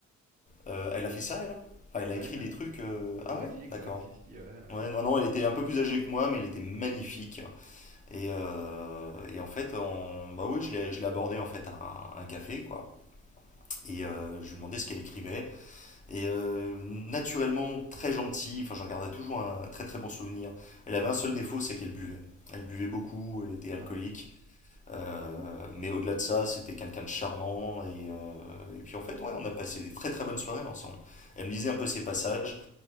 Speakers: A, on the left; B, on the right.
A: Euh, elle a fait ça, elle? Enfin, elle
B: Ouais,
A: a écrit
B: <laughs> euh,
A: des trucs. euh, Ah
B: érotique,
A: ouais, d'accord.
B: ouais, si, si, ouais. euh.
A: Ouais, non, non, elle était un peu plus âgée que moi, mais elle était magnifique. Et, euh, et en fait, on, bah oui, je l'ai, je l'ai abordée en fait à un, un café, quoi. Et euh, je lui demandais ce qu'elle écrivait. Et euh, naturellement, très gentille, enfin, j'en garderai toujours un très très bon souvenir. Elle avait un seul défaut, c'est qu'elle buvait. Elle buvait beaucoup, elle était
B: Ah,
A: alcoolique. Euh, mais au-delà de ça, c'était quelqu'un de charmant. Et, euh, et puis en fait, ouais, on a passé des très très bonnes soirées ensemble. Elle me disait un peu ses passages.